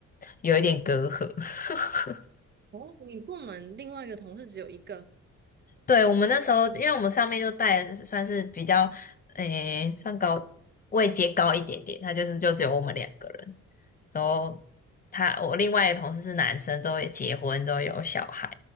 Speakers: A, on the left; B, on the right.
A: 有一点隔阂。<laughs>
B: 哦，你部门另外一个同事只有一个，
A: 对，我们那时候，因为我们上面就带的算是比较，诶，算高位阶高一点点，他就是就只有我们两个人。之后他我另外一个同事是男生，之后也结婚，之后有小孩，